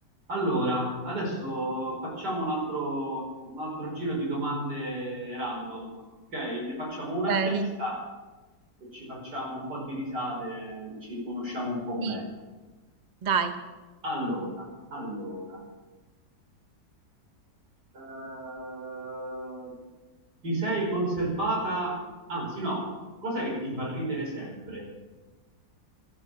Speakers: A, on the right; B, on the right.
A: Allora, adesso facciamo un altro, un altro giro di domande random, ok? Ne facciamo
B: Ok,
A: una a testa e ci facciamo un po' di risate, ci conosciamo un po' meglio.
B: sì, dai,
A: Allora, allora, eh, ti sei conservata, anzi no, cos'è che ti fa ridere sempre?